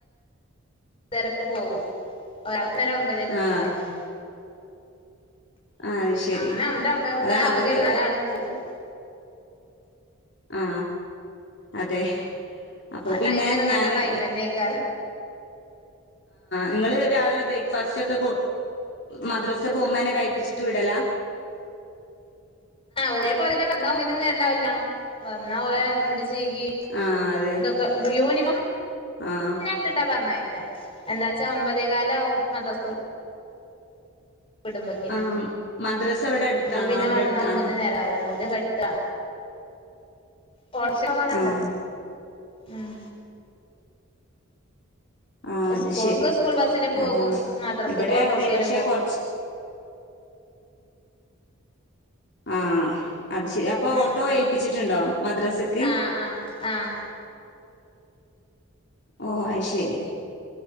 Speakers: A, on the left; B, on the left.
A: തിരക്ക് പോകും ഒരാൾ പിന്നൊരു ഒമ്പതേ മുക്കാലിനു
B: ആ ആ ശരി
A: അങ്ങനെ അങ്ങനെ ഒമ്പത് ഒൻപതേ മുക്കാലാകുമ്പഴേക്കും
B: അതാണ് അവര്
A: നാലാളും പോവും <inaudible>
B: ആ അതെ അപ്പൊ
A: ആ
B: പിന്നെ
A: ടൈം വരെ നല്ല
B: ഞാന്
A: ടൈം തന്നെക്ക
B: ഞങ്ങള് രാവിലെ ബ്രേക്ക് ഫാസ്റ്റോക്കെ മദ്രസെ പോകുമ്പോന്നെ കഴപ്പിച്ചിട്ട് വിടലാ
A: ഒരേ പോലെ തന്നെ വന്നാ <unintelligible> വന്നാ മുടി ചീകി,
B: ആഹ് അതെ
A: ഇതൊക്കെ യൂണിഫോം <unintelligible>
B: ആഹ്
A: ത്തിട്ടാ പറഞ്ഞേ എന്താച്ചാ ഒമ്പതേ കാലാവും മദ്രസ കുടുംബത്തിന്
B: ആഹ് മദ്രസ ഇവിടെ അടുത്താണോ
A: അപ്പൊ പിന്നെ
B: അവിടെ
A: വന്നാ
B: അടുത്താണോ
A: ഒന്നിനും നേരാവില്ല മുടി കെട്ടാ കൊറച്ചകലണ്ട്
B: ആഹ്
A: ഉം
B: ആ അത്
A: സ്കൂൾക്ക്
B: ശരി
A: സ്കൂൾ ബസ്സിലും പോകും
B: അതാണ്
A: മദ്രസക്ക്
B: ഇവിടെ
A: ഓട്ടോറിക്ഷയിലും
B: അതെ പക്ഷെ
A: പോകും
B: കുറച്ച് ആ അത് ശരി അപ്പോ
A: ഉം
B: ഓട്ടോ ഏൽപ്പിച്ചിട്ടുണ്ടോ മദ്രസക്ക്?
A: ആഹ് ആഹ് ആഹ്
B: ഓ അത് ശരി